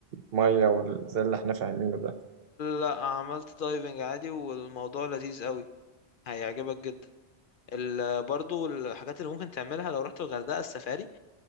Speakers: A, on the right; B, on the left.
A: الميه وال- زي اللي احنا فاهمينه ده
B: لا عملت دايفنج عادي والموضوع لذيذ قوي هيعجبك جدا ال برضو الحاجات اللي ممكن تعملها لو رحت الغردقة السفاري